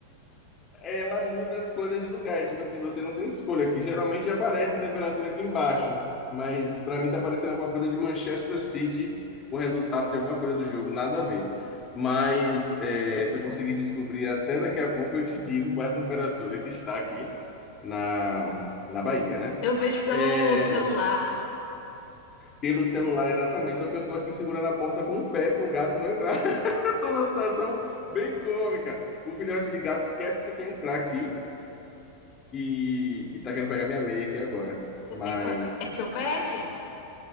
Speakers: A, on the left; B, on the left.
A: ela muda as coisas de lugar. É Tipo assim, você não tem escolha aqui. Geralmente aparece a temperatura aqui embaixo, mas para mim tá parecendo alguma coisa de Manchester City, o resultado de alguma coisa do jogo, nada a ver. Mas é, se eu conseguir descobrir até daqui a pouco, eu te digo qual é a temperatura que está aqui na, na Bahia, né?
B: Eu vejo pelo
A: É,
B: celular.
A: pelo celular, exatamente. Só que eu tô aqui segurando a porta com o pé pro gato não entrar. <laughs> Tô numa situação bem cômica. O filhote de gato quer, quer entrar aqui. E, e tá querendo pegar minha meia aqui agora.
B: Você
A: Mas
B: tem... qua- É seu pet?